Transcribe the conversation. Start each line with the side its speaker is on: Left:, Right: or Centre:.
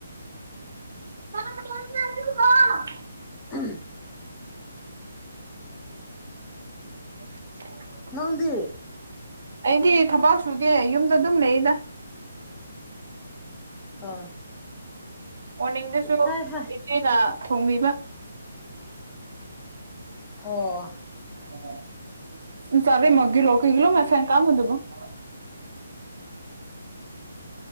Right: <unintelligible>
Left: <unintelligible>
Right: <inaudible>
Left: ꯅꯪꯗꯤ
Right: ꯑꯩꯗꯤ ꯊꯕꯥꯛ ꯁꯨꯗꯦ ꯌꯨꯝꯗ ꯑꯗꯨꯝ ꯂꯩꯌꯦꯗ
Left: ꯑꯥ
Right: ꯑꯣꯔꯅꯤꯡꯗꯁꯨ
Left: ꯍꯥꯏ ꯍꯥꯏ
Right: ꯏꯆꯦꯅ ꯊꯣꯡꯕꯤꯕ
Left: ꯑꯣ
Right: <unintelligible>